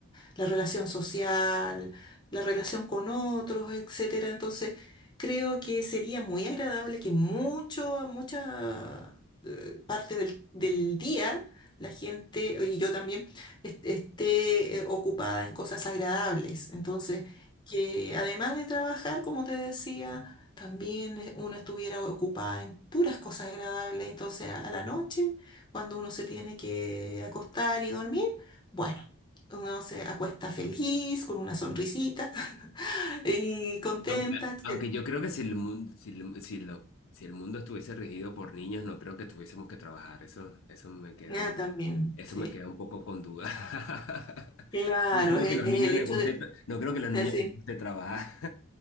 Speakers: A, on the left; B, on the left.
A: la relación social, la relación con otros, etcétera. Entonces, creo que sería muy agradable que mucho, mucha eh, parte del, del día la gente, y yo también, est- esté eh, ocupada en cosas agradables. Entonces, que además de trabajar, como te decía, también eh, uno estuviera ocupada en puras cosas agradables. Entonces, a a la noche, cuando uno se tiene que acostar y dormir, bueno. Uno se acuesta feliz, con una sonrisita <laughs> y contenta,
B: Aunque,
A: etcétera.
B: aunque yo creo que si el mundo, si, el- si lo- si el mundo estuviese regido por niños, no creo que tuviésemos que trabajar. Eso, eso me queda
A: Ah,
B: un,
A: también,
B: eso
A: sí.
B: me queda un poco con duda. <laughs>
A: Claro,
B: No creo
A: es
B: que los
A: el,
B: niños
A: es el
B: les
A: hecho
B: guste,
A: de que...
B: no creo que los niños
A: <laughs> Sí,
B: les guste trabajar.